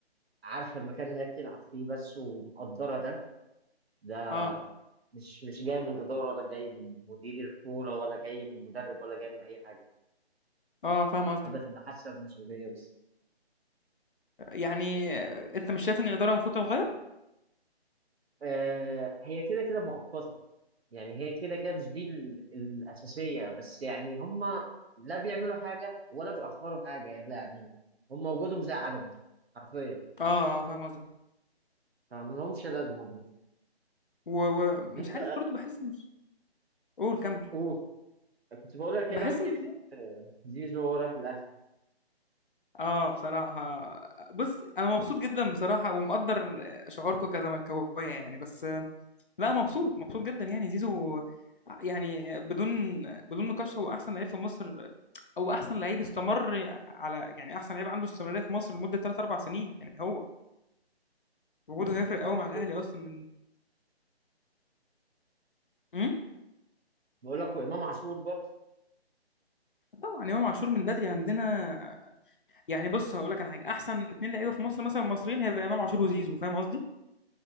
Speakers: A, on the right; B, on the left.
A: عارفه المكان اللي هي بتلعب فيه بس ومقدره ده ده
B: اه
A: مش مش جاي من اداره ولا جاي من مدير كوره ولا جاي من مدرب ولا جاي من اي حاجه
B: اه فاهم
A: اللعيبه
B: قصدك
A: تبقى حاسه بالمسؤوليه بس
B: يعني انت مش شايف ان الاداره المفروض تتغير
A: آه هي كده كده مؤقته يعني هي كده كده مش دي ال- الأساسية بس يعني هما لا بيعملوا حاجة ولا بيأخروا حاجة يعني لا يعني هما وجودهم زي عدمه حرفيا
B: اه فاهم قصدك
A: فما لهمش لازمة برضه
B: ومش
A: أنت
B: عارف برضو بحس مش قول كمل
A: قول كنت بقول لك
B: بحس
A: إيه رأيك
B: مش
A: إيه في زيزو وهو رايح الأهلي
B: اه بصراحه بص انا مبسوط جدا بصراحه ومقدر شعوركم كزملكاويه يعني بس لا مبسوط مبسوط جدا يعني زيزو يعني بدون بدون نقاش هو احسن لعيب في مصر او احسن لعيب استمر على يعني احسن لعيب عنده استمراريه في مصر لمده 3 4 سنين يعني هو وجوده هيفرق
A: إمام
B: قوي
A: عاشور
B: مع الاهلي
A: برضه
B: اصلا امم
A: بقول لك وإمام عاشور برضه
B: طبعا امام عاشور من بدري عندنا يعني بص هقول لك على حاجه احسن اتنين لعيبه في مصر مثلا مصريين هيبقى امام عاشور وزيزو فاهم قصدي